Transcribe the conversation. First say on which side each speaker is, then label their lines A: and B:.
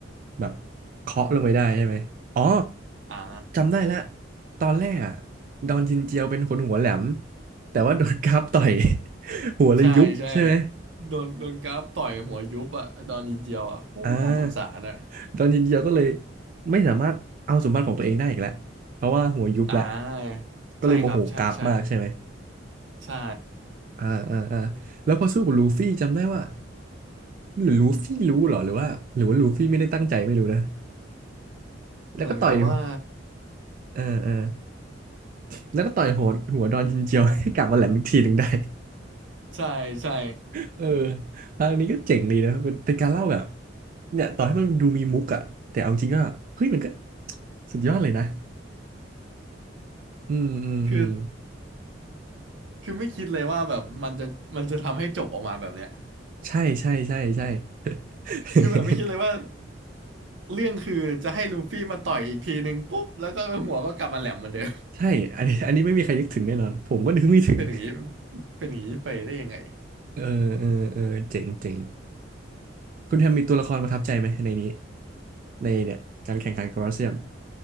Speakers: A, on the right (about 45°); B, on the right (about 85°).
A: แบบเคาะลงไปได้ใช่ไหมอ๋อ
B: อ่า
A: จำได้ละตอนแรกอะดอนจินเจียวเป็นคนหัวแหลมแต่ว่าโดนกราฟต่อย <laughs> หัวเลยยุบใช่ไหม
B: ใช่ใช่โดนโดนกราฟต่อยหัวยุบอ่ะตอนนิดเดียวอ่ะโคตรน่าสงสารอ่ะ
A: อ่าดอนจินเจียวก็เลยไม่สามารถเอาสมบัติของตัวเองได้อีกแล้วเพราะว่าหัวยุบแล้ว
B: อ่าใช่ครับใช่ใช่
A: ก็เลยโมโหกราฟมากใช่ไหม
B: ใช่
A: อ่าอ่าอ่าแล้วพอสู้กับลูฟี่จำได้ว่าหรือลูฟี่รู้เหรอหรือว่าหรือว่าลูฟี่ไม่ได้ตั้งใจไม่รู้นะแล้วก็ต่อย
B: เหมือนกับว่า
A: เออเออแล้วก็ต่อยหัวหัวดอนจินเจียวให้กลับมาแหลมอีกทีหนึ่งได้
B: ใช่ใช่
A: <laughs> เอออันนี้ก็เจ๋งดีนะเป็นเป็นการเล่าแบบเนี่ยต่อให้มันดูมีมุกอะแต่เอาจริงก็เฮ้ยมันก็สุดยอดเลยนะอืมอืมอืม
B: คือคือไม่คิดเลยว่าแบบมันจะมันจะทำให้จบออกมาแบบเนี้ย
A: ใช่ใช่ <laughs> ใช่ใช่ <laughs>
B: คือแบบไม่คิดเลยว่าเรื่องคือจะให้ลูฟี่มาต่อยอีกทีหนึ่งปุ๊บแล้วก็หัวก็กลับมาแหลมเหมือนเดิม
A: ใช่อันนี้อันนี้ไม่มีใครนึกถึงแน่นอนผมก็นึกไม่ถึง
B: <laughs> เป็นอย่างนี้เป็นอย่างนี้ไปได้ยังไง
A: เออเออเออเจ๋งเจ๋งคุณแฮมมีตัวละครประทับใจไหมในนี้ ในเนี่ยการแข่งขันโคลอสเซียม